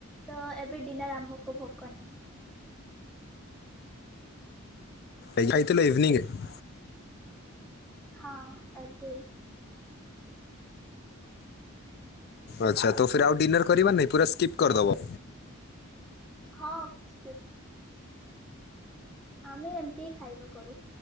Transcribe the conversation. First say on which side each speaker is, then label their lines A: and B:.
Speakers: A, in the centre; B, on the left.
A: ତ ଏବେ ଡିନର ଆମକୁ ଭୋକ ନାଇ।
B: ଇ ଖାଇଥିଲ ଇଭିନିଙ୍ଗ ଏ।
A: ହଁ ଏବେ।
B: ଆଚ୍ଛା ତ ଫିର୍ ଆଉ ଡିନର କରିବା ନାଇଁ ପୁରା ସ୍କିପ୍ କରିଦବ?
A: ହଁ ସ୍କିପ୍। ଆମେ ଏମତି ଖାଇବା କରୁ।